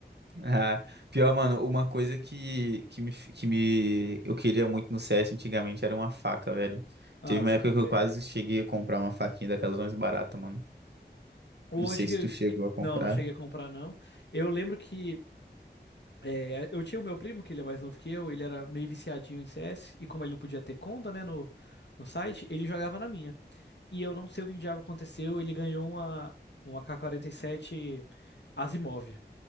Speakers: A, on the right; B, on the left.
A: Ah, pior, mano, uma coisa que, que me, que me eu queria muito no CS antigamente era uma faca, velho.
B: Massa
A: Teve uma época
B: também.
A: que eu quase cheguei a comprar uma faquinha daquelas mais baratas, mano.
B: Hoje
A: Não sei se
B: que,
A: tu chegou
B: que-
A: a comprar.
B: não, não cheguei a comprar não. Eu lembro que é, eu tinha o meu primo, que ele é mais novo que eu, ele era meio viciadinho em CS, e como ele não podia ter conta, né, no, no site, ele jogava na minha. E eu não sei o que diabo aconteceu, ele ganhou uma, uma AK-47 Asimov.